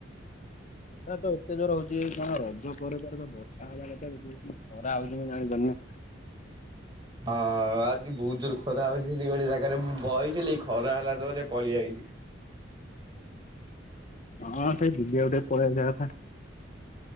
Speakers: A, on the left; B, on the right.
A: ଖରା ତ ଏତେ ଜୋର ହଉଛି କଣ ରଜ ପରେ ପରେ ତ ବର୍ଷା ହେବା କଥା ଖରା ହଉଛି ମୁଁ ଜାଣି ପାରୁନି।
B: ହଁ ଆଜି ବୋହୁତ ଜୋରରେ ଖରା ହେଉଛି। ସେଠି ଗୋଟେ ଜାଗାରେ ମୁଁ ବଇଥିଲି ଖରା ହେଲା ଜୋରରେ ପଳେଇଆଇଲି।
A: ହଁ ସେଇ ଭିଜିବାକୁ ଟିକେ ପଳେଇ ଆସିବା କଥା।